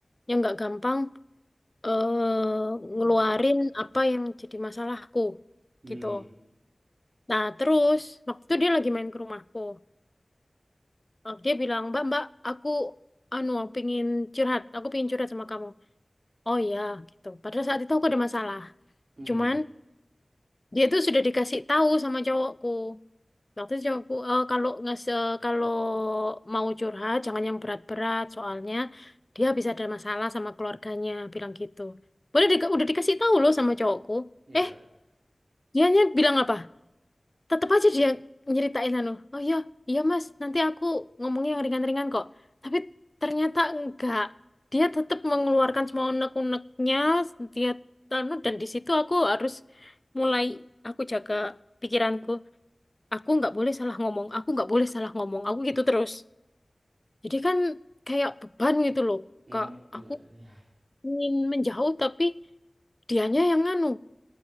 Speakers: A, on the left (about 30°); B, on the right (about 75°).
A: yang nggak gampang eh
B: hmm
A: ngeluarin apa yang jadi masalahku,
B: hmm
A: gitu. Nah, terus waktu itu dia lagi main ke rumahku. Eh, Dia bilang, Mbak, Mbak, aku anu pingin curhat, aku pingin curhat sama kamu. Oh ya, gitu. Padahal saat itu aku ada masalah.
B: hmm,
A: Cuman dia itu sudah dikasih tahu sama cowokku. Waktu itu cowokku, "Eh, kalau ngas eh, kalau mau curhat jangan yang berat-berat, soalnya dia bisa ada masalah sama keluarganya, bilang gitu. Udah, udah dikasih tahu loh sama cowokku.
B: ya
A: Eh, dianya bilang apa? tetap aja dia nyeritain anu oh iya iya mas nanti aku ngomongnya yang ringan-ringan kok tapi ternyata enggak dia tetap mengeluarkan semua unek-uneknya dia anu dan di situ aku harus mulai aku jaga pikiranku aku nggak boleh salah ngomong aku nggak boleh salah ngomong aku gitu terus jadi kan kayak beban gitu loh
B: Mumet
A: kak
B: juga
A: aku
B: ini.
A: ingin menjauh tapi dianya yang anu